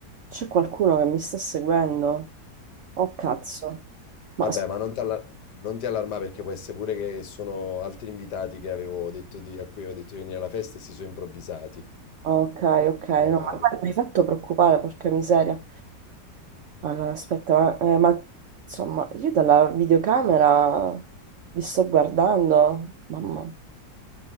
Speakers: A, on the right; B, on the left.
A: c'è qualcuno che mi sta seguendo? Oh cazzo. Ma
B: Vabbè, ma non ti alla- non ti allarmare perché può essere pure che sono altri invitati che avevo detto di, a cui avevo detto di venire alla festa e si sono improvvisati,
A: Ok, ok,
B: magari.
A: no, ma guarda, mi hai fatto preoccupare, porca miseria. Allora, aspetta, ma, eh, ma, insomma, io dalla videocamera vi sto guardando, mamma.